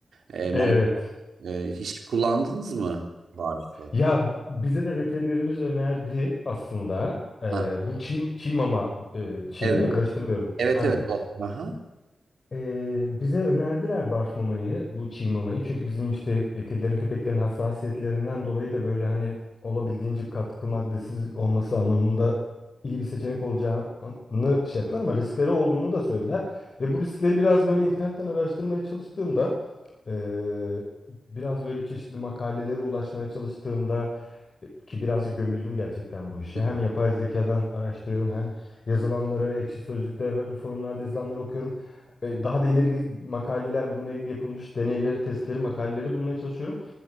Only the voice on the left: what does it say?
Evet.
Ya bize de veterinerimiz önerdi aslında. Ee,
bu çiğ, çiğ mama e, şeyi
değil mi? Karıştırmıyorum.
Aynen.
Ee, bize önerdiler barf mamayı, bu çiğ mamayı. Çünkü bizim işte e, kedilerin, köpeklerin hassasiyetlerinden dolayı da böyle hani olabildiğince katkı maddesiz olması anlamında iyi bir seçenek olacağını şey yaptılar ama riskleri olduğunu da söylediler. Ve
bu riskleri biraz böyle internetten araştırmaya çalıştığımda e, biraz böyle çeşitli makalelere ulaşmaya çalıştığımda ki birazcık gömüldüm gerçekten bu işe.
Hem yapay zekadan araştırıyorum hem yazılanları, ekşi sözlüklerde, forumlarda yazılanları okuyorum. E, Daha da ileri gidip makaleler, bununla ilgili yapılmış deneyleri, testleri, makaleleri bulmaya çalışıyorum.